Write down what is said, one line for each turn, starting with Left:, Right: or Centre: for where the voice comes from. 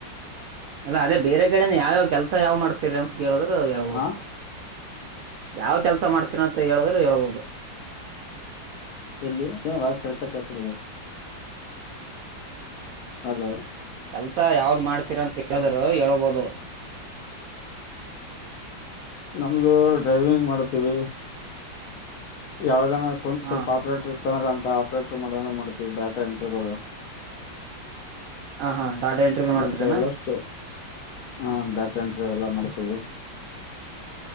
Right: ಇಲ್ಲ ಅದೇ ಬೇರೆ ಕಡೆನ ಯಾವ ಕೆಲ್ಸ ಯಾವ್ ಮಾಡ್ತಿರಿ ಅಂತ ಕೇಳಿದ್ರರು ಹೇಳ್ಬೋದು
Left: ಆ
Right: ಯಾವ ಕೆಲ್ಸ ಮಾಡ್ತೀನ ಅಂತ ಹೇಳುದ್ರರು ಹೇಳ್ಬೋದು
Left: ಎಲ್ಲಿ ಏನು ವ ಕರೆಕ್ಟ್ ಆಗ ಕಸ ಹಲೋ.
Right: ಕೆಲ್ಸ ಯಾವ್ದ್ ಮಾಡ್ತೀರ ಅಂತ ಹೇಳಿದರು ಹೇಳಬಹದು. <inaudible>
Left: ನಮ್ದು ಡ್ರೈವಿಂಗ್ ಮಾಡ್ತೀವಿ ಯಾವುದ ಏನ. ನ ಕುಂತ
Right: ಹಾ
Left: ಸ್ವಲ್ಪ ಆಪ್ರೇಟರ್ ಇತ್ತ ಅಂದ್ರ ಅಂತ ಆಪ್ರೇಟರ್ ಮಾಡಂದ್ರೆ ಮಾಡ್ತೀವಿ ಡಾಟಾ ಎಂಟ್ರಿಗಳು.
Right: ಹ ಹಾ. ಡಾಟಾ ಎಂಟ್ರಿ ಮಾಡ್ತೀರನಾ
Left: ಇಂಥವೆಲ್ಲಷ್ಟು ಹಾ ಡಾಟಾ ಎಂಟ್ರಿ ಅವಲ್ಲ ಮಾಡ್ತೀವಿ.